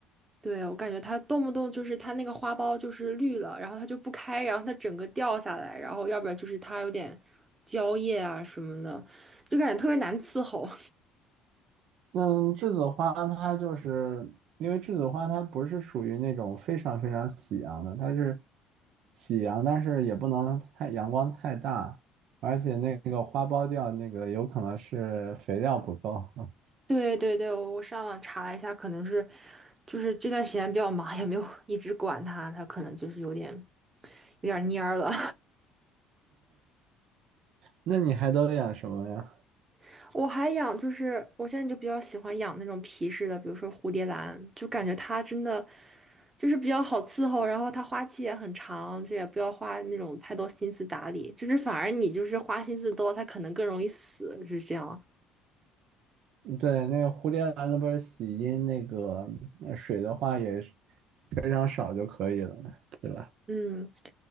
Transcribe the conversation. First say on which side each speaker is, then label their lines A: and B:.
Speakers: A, on the right (about 25°); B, on the right (about 65°).
A: 对，我感觉它动不动就是它那个花苞就是绿了，然后它就不开，然后它整个掉下来，然后要不然就是它有点焦叶啊什么的，就感觉特别难伺候。
B: 嗯，栀子花它就是因为栀子花它不是属于那种非常非常喜阳的，它是喜阳，但是也不能太阳光太大，而且那个花苞掉那个有可能是肥料不够。<laughs>
A: 对对对，我我上网查了一下，可能是就是这段时间比较忙，也没有一直管它，它可能就是有点有点蔫儿了。
B: 那你还都养什么呀？
A: <laughs> 我还养，就是我现在就比较喜欢养那种皮质的，比如说蝴蝶兰，就感觉它真的就是比较好伺候，然后它花期也很长，就也不要花那种太多心思打理，就是反而你就是花心思多，它可能更容易死，是这样。
B: 对，那个蝴蝶兰那不是喜阴那个呃水的话也是非常少就可以了，对吧？
A: 嗯。